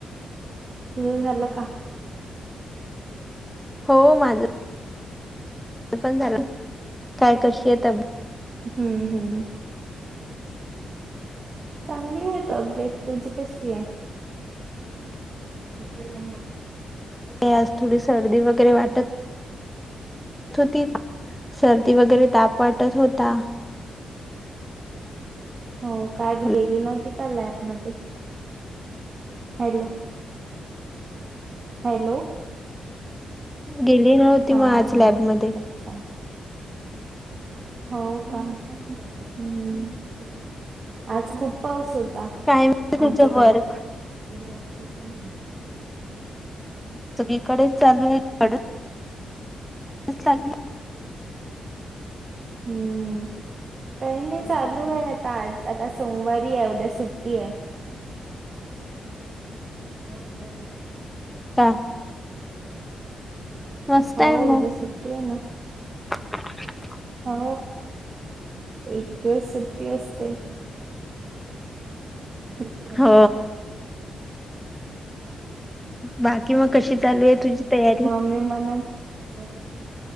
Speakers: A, on the right; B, in the centre.
A: जेऊन झालं का?
B: हो माझं. पण झालं, काय कशी आहे त
A: हम्म हम्म. चांगली आहे तब्बेत. तुझी कशी आहे? दुपारी आम्ही आप्पे
B: ते आज थोडी सर्दी वगैरे वाटत. होती, सर्दी वगैरे ताप वाटत होता.
A: हो, कायच
B: हॅलो
A: गेली नव्हती का लॅबमध्ये? Hello, hello.
B: गेली नव्हती
A: हा
B: मग आज
A: हा,
B: लॅबमध्ये
A: अच्छा. हो का? <unintelligible> हम्म, आज खूप पाऊस होता,
B: काय माहिती तुझं
A: आमच्याकडे.
B: वर्क
A: उडदाची पण घ्यायची.
B: सगळीकडेच चालू आहे <unintelligible> लागली
A: हम्म, काय नाही चालू आहे आता, आज आता सोमवारी आहे उद्या सुट्टी आहे. हो घर बुटी
B: का मस्त
A: हो
B: आहे मग
A: उद्या सुट्टी आहे ना.
B: <unintelligible>
A: हो, एक दिवस सुट्टी असते. <unintelligible> हम्म,
B: हो बाकी मग कशी चालू आहे तुझी तयारी
A: मम्मी मना. तेव